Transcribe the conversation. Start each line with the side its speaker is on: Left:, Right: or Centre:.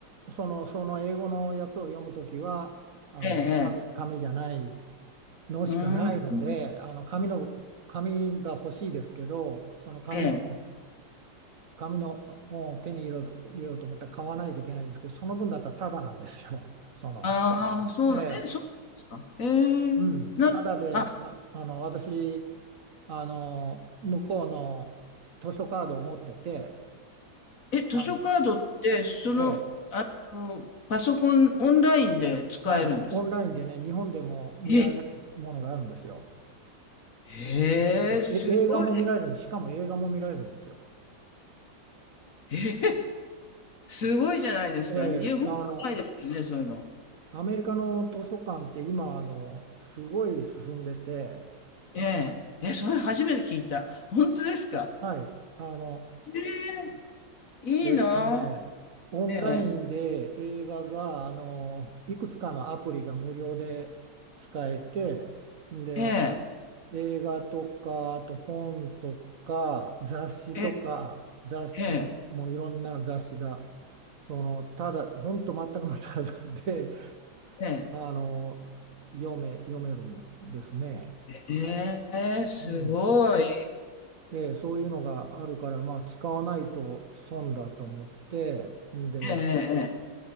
Right: その、その英語のやつを読むときは、あの、
Left: ええ、ええ。
Right: 紙、紙じゃないのしかないので、
Left: うーん、
Right: あの、紙の、紙が欲しいですけど、その紙を、
Left: ええ。
Right: 紙の本を手に入れよう入れようと思ったら買わないといけないんですけど、その分だったらタダなんですよ。その、
Left: ああ、そうな、
Right: ええ、
Left: え、そうなんですか。え
Right: うん。
Left: え、な、
Right: タダで、
Left: あ、
Right: あ、あの、私、あの、向こうの図書カードを持ってて、
Left: え、図書カードって、
Right: あ、
Left: その、
Right: ええ、
Left: あの、パソコン、オンラインで使えるんですか
Right: はい、オ、オンラインでね、日本でも見られるものがあるんですよ。
Left: え、へえ、
Right: うん、
Left: すごい。
Right: え、映画も見られるんです。しかも映画も見られるんですよ。
Left: ええ、すごいじゃないですか。
Right: ええ、
Left: 日本はないですよね、
Right: あの、
Left: そういうの。
Right: アメリカの図書館って今、あの、すごい進んでて、
Left: ええ、え、それ初めて聞いた。本当ですか。
Right: はい、あの、
Left: ええ、
Right: えっとね、
Left: いいな。
Right: オンラインで映画が、
Left: ええ、
Right: あの、いくつかのアプリが無料で使えて、んで、
Left: ええ、
Right: 映画とか、あと本とか、雑誌とか、
Left: ええ、
Right: 雑誌も、
Left: ええ、
Right: もういろんな雑誌が、その、ただ、本当全くのただで、
Left: ええ。
Right: あの、読め、読めるんですね。
Left: ええ、すごい。
Right: うん。で、そういうのがあるから、まあ、使わないと損だと思って、んで、
Left: ええええ。